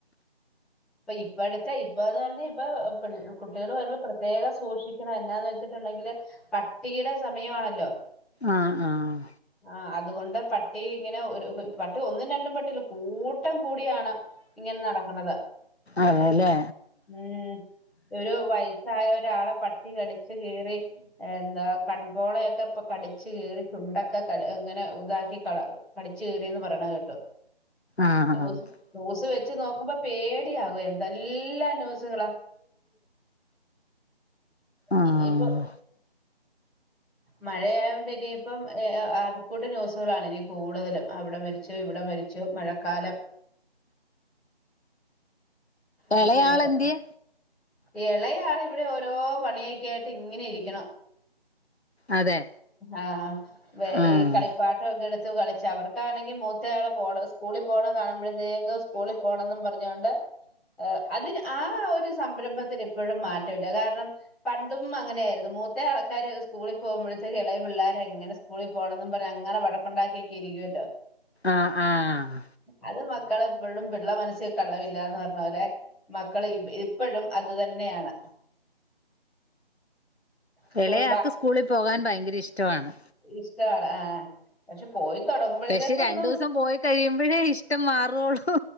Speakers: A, in the centre; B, on the left (about 80°).
A: ഇപ്പ ഇപ്പഴത്തെ ഇപ്പാന്ന് പറഞ്ഞാ ഇപ്പം കുട്ടികളു വരുമ്പ പ്രത്യേകം സൂക്ഷിക്കണം എന്നാന്ന് വെച്ചിട്ടുണ്ടെങ്കില് പട്ടീടെ സമയമാണല്ലോ
B: ആഹ് ആഹ്
A: ആ അതുകൊണ്ട് പട്ടി ഇങ്ങനെ ഒരു പട്ടി ഒന്നും രണ്ടും പട്ടിയല്ല കൂട്ടം കൂടിയാണ് ഇങ്ങനെ നടക്കണത്
B: അതേല്ലേ
A: ഉം ഒരു വയസായ ഒരാളെ പട്ടി കടിച്ചു കീറി എന്താ കൺപോളയൊക്കെ ഇപ്പ കടിച്ചു കീറി ചുണ്ടൊക്കെ ക ഇങ്ങനെ ഇതാക്കി കള കടിച്ചു കീറിയെന്ന് പറയണ കേട്ടു
B: ആഹ്
A: ന്യൂസ്
B: ആഹ്
A: ന്യൂസു വെച്ച് നോക്കുമ്പം പേടിയാകും എന്തെല്ലാം ന്യൂസുകളാ
B: ആഹ്
A: ഇനിയിപ്പം മഴയായോണ്ട് ഇനിയിപ്പം എഹ് ആഹ് ആകെ കൂടി ന്യൂസുകളാണ് ഇനി കൂടുതലും അവിടെ മരിച്ചു ഇവിടെ മരി ച്ചു മഴക്കാലം അങ്ങനെയൊക്കെ
B: എളയാളെന്ത്യേ?
A: ഇളയാള് ഇവിടെ ഓരോ പണിയൊക്കെ ആയിട്ട് ഇങ്ങനെ ഇരിക്കണം
B: അതെ
A: ആഹ് വെ
B: ആഹ്
A: ഈ കളി പാട്ട ഒക്കെ എടുത്ത് കളിച്ചു അവർക്കാണെങ്കി മൂത്ത ആള് പോണ സ്കൂളിൽ പോണ കാണുമ്പോഴത്തേക്കും സ്കൂളിൽ പോകണെന്നും പറഞ്ഞുകൊണ്ട് അതിന് ആ ഒരു സംരംഭത്തിന് ഇപ്പോഴും മാറ്റമില്ല. കാരണം പണ്ടും അങ്ങനെയായിരുന്നു. മൂത്ത ആൾക്കാര് സ്കൂളിൽ പോകുമ്പോഴേക്കും ഇളയ പിള്ളേര് എങ്ങനെ സ്കൂളിൽ പോകണംന്നും പറഞ്ഞു അങ്ങനെ വഴക്കുണ്ടാക്കിയൊക്കെ ഇരിക്കുമല്ലോ.
B: ആഹ് ആഹ്
A: അത് മക്കളെപ്പോഴും പിള്ള മനസ്സി കള്ളമില്ലെന്ന് പറഞ്ഞ പോലെ മക്കള് ഇപ്പോഴും അത് തന്നെയാണ് സ്കൂൾ
B: ഇളയാൾക്ക് സ്കൂളിൽ പോകാൻ ഭയങ്കര ഇഷ്ടമാണ്.
A: ഇഷ്ടാ ആഹ് പക്ഷെ പോയി തുടങ്ങുമ്പോഴത്തേക്ക്
B: പക്ഷെ രണ്ടൂസം
A: ഒന്നും
B: പോയി കഴിയുമ്പഴേ ഇഷ്ടം മാറുള്ളൂ.